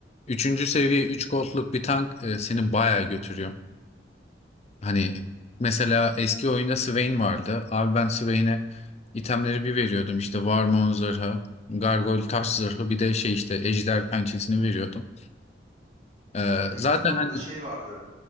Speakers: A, on the left; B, on the right.
A: üçüncü seviye üç gold'luk bir tank e, seni bayağı götürüyor. Hani mesela eski oyunda Swain vardı. Abi ben Swain'e itemleri bir veriyordum. İşte Warmon zırhı, Gargoyle taş zırhı bir de şey işte Ejder pençesini veriyordum. Ee,
B: Benim
A: zaten
B: zamanımda
A: hani
B: şey vardı.